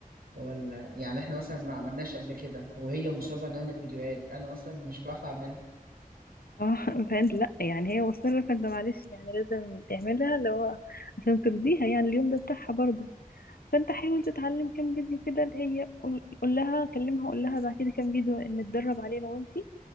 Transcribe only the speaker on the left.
اه فانت لا يعني هي مصرة فانت معلش يعني لازم تعملها اللي هو عشان ترضيها يعني اليوم ده بتاعها برضه فانت حاول تتعلم كام فيديو كده اللي هي قول قول لها كلمها قول لها بعتي لي كام فيديو نتدرب عليه انا وانتي